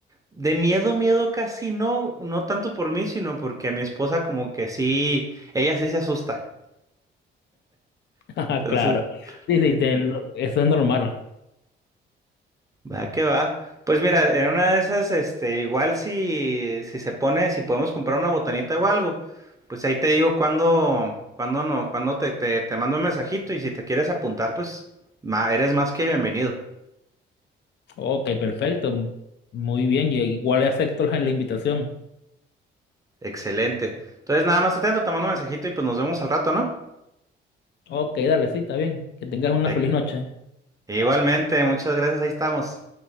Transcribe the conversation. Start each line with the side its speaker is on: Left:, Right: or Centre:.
Right: de miedo, miedo casi no, no tanto por mí, sino porque a mi esposa como que sí, ella sí se asusta.
Left: <laughs> Ajá,
Right: Entonces...
Left: claro. Sí, sí,
Right: sí.
Left: te- eso es normal.
Right: Va que va. Pues mira, en una de esas, este, igual si, si se pone, si podemos comprar una botanita o algo, pues ahí te digo cuándo, cuándo no, cuándo te, te, te mando un mensajito y si te quieres apuntar, pues ma- eres más que bienvenido.
Left: Ok, perfecto. Muy bien, yo igual acepto la la invitación.
Right: Excelente. Entonces, nada más atento, te mando un mensajito y pues nos vemos al rato, ¿no?
Left: Ok, dale, sí, está bien. Que tengas una
Right: E-
Left: feliz noche.
Right: Igualmente, muchas gracias, ahí estamos.